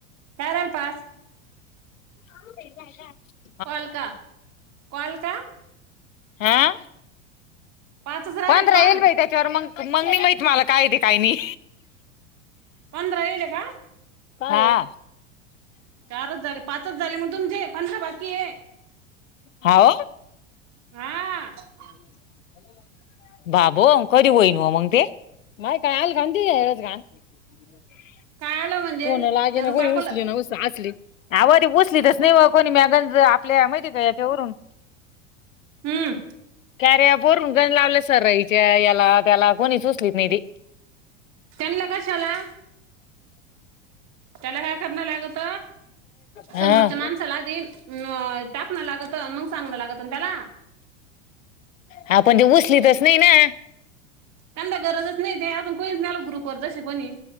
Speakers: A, on the right; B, on the left.
A: कारल पाच.
B: <inaudible>
A: कॉल का? कॉल का?
B: हॅ
A: पाचच राहिले
B: पंधरा
A: कॉल
B: येईल बाई. तेव्हर मग मग नाही माहित मला काय ते काय नाही.
A: पंधरा येयेले का?
B: हा
A: चारच झाले पाच च झाले मग तुमचे पंधरा बाकी आहे.
B: हा ओ.
A: हा
B: ह ्यवा <unintelligible> बाबो अ कधी मग ते माय काय आल खा तच <unintelligible>
A: काय आलं म्हणजे
B: कोणाला लागिण
A: तरू
B: आणि कोणी
A: काकूला
B: उचलिन असली आओ च
A: उ-
B: नाही कोणी मॅगज <unintelligible> आपल्या माहिती आहे का याच्यावरून.
A: हम्म
B: कॅर बोरून गण लावले सर रईच्या याला त्याला <unintelligible> कोणीच उचलत नाही ती.
A: त्यांना कशाला त्याला काय करणं लागत
B: हा.
A: समोरच्या माणसलाध टाकणं लागत मग सांगण लागत त्याला.
B: हा पण जे उचली तरच नाही ना
A: त्यांनाता गरजच नाही ते आजून खच झाल बरबर जसें कोणी